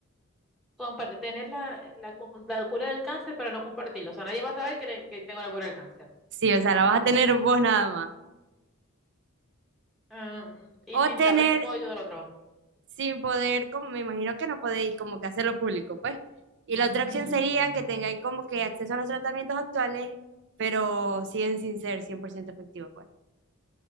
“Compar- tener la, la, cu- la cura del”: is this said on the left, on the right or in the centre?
Centre